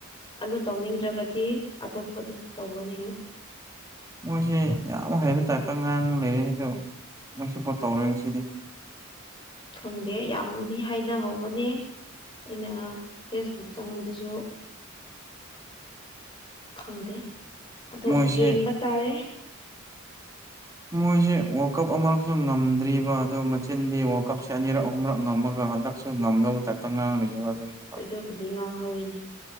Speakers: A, on the left; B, on the right.
A: ꯑꯗꯨ ꯇꯧꯅꯤꯡꯗ꯭ꯔꯒꯗꯤ ꯑꯇꯣꯞꯄꯗ ꯇꯧꯒꯅꯦꯅ
B: ꯃꯣꯏꯁꯦ ꯌꯥꯝ ꯍꯩꯕ ꯇꯥꯏꯞꯇ ꯉꯥꯡꯉ ꯂꯩꯔꯦ ꯑꯗꯣ ꯃꯣꯏꯁꯨ ꯄꯣꯠ ꯇꯧꯔꯣꯏ ꯉꯁꯤꯗꯤ
A: ꯈꯪꯗꯦ ꯌꯥꯝꯗꯤ ꯍꯥꯏꯅꯍꯧꯕꯅꯦ ꯑꯩꯅ ꯐꯦꯁꯕꯨꯛ ꯆꯪꯕꯗꯁꯨ ꯈꯪꯗꯦ ꯑꯗꯣ
B: ꯃꯣꯏꯁꯦ
A: ꯌꯦꯡꯕ ꯇꯥꯔꯦ
B: ꯃꯣꯏꯁꯦ ꯋꯥꯔꯜ ꯀꯞ ꯑꯃꯔꯛꯁꯨ ꯉꯝꯗ꯭ꯔꯤꯕ ꯑꯗꯨꯣ ꯃꯆꯤꯟꯗꯤ ꯋꯥꯔꯜ ꯀꯞꯁꯦ ꯑꯅꯤꯔꯛ ꯑꯍꯨꯝꯔꯛ ꯉꯝꯃꯒ ꯍꯟꯗꯛ ꯁꯣ ꯉꯝꯅꯕ <unintelligible>
A: ꯑꯗꯨꯕꯨꯗꯤ ꯉꯥꯡꯍꯧꯋꯤꯅꯦ